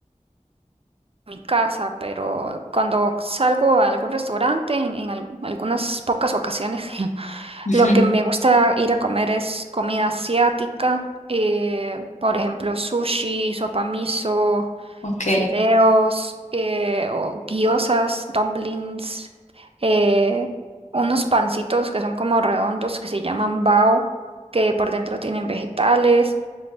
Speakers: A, on the right; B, on the left.
A: mi casa, pero cuando salgo a algún restaurante, en, en al- algunas pocas ocasiones, <laughs>
B: Ujú,
A: lo que me gusta ir a comer es comida asiática, eh, por ejemplo, sushi, sopa miso,
B: <laughs> Ok.
A: fideos, eh, o gyozas, dumplings, eh, unos pancitos que son como redondos que se llaman bao, que por dentro tienen vegetales.